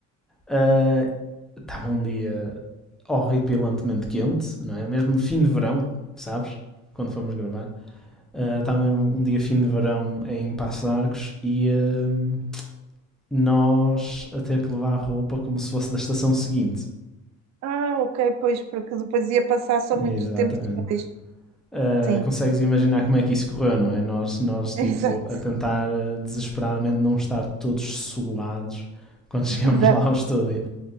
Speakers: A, in the centre; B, on the right.
A: Ah, Estava uh, um dia horripilantemente quente, não é? Mesmo fim de verão, sabes? Quando fomos gravar. Ah, Estava uh, mesmo um dia fim de verão em Passo de Arcos e ahm, nós a ter que levar a roupa como se fosse da estação seguinte.
B: Ah, ok, pois, porque depois ia passar só
A: Exatamente.
B: muito tempo depois.
A: Uh,
B: Sim,
A: consegues imaginar como é que isso correu, não é? Nós, nós tipo,
B: <laughs> exato,
A: a tentar uh, desesperadamente não estar todos suados <laughs> quando chegamos
B: exato,
A: lá ao estúdio.